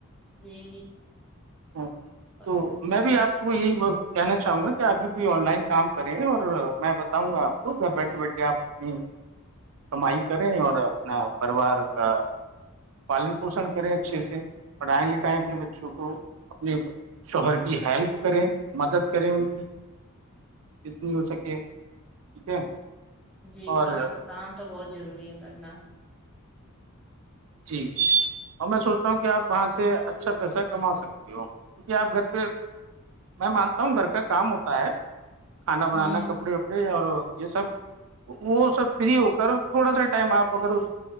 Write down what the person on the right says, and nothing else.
اچ
تو میں بھی آپ یہی کہنا چاہوں گا کہ آپ بھی کوئی آن لائن کام کریں اور میں بتا بؤں گا آپ کو گھر بیٹھے بیٹھے آپ اپنی کمائی کریں اور اپنا پریوار کا پالن پوشن کریں اچھے سے پڑھائیں لکھائیں اپنے بچوں کو اپنے شوہر کی ہیلپ کریں مدد کریں ان کی جتنی ہو سکے ٹھیک ہے
اور
جی اور میں سوچتا ہوں کہ آپ وہاں سے اچھا پیسہ کما سکتے ہو کیونکہ آپ گھر پہ میں مانتا ہوں گھر کا کام ہوتا ہے کھانا بنانا
کپڑے وپڑے اور یہ سب وہ سب فری ہو کر تھوڑا سا ٹائم آپ اگر اس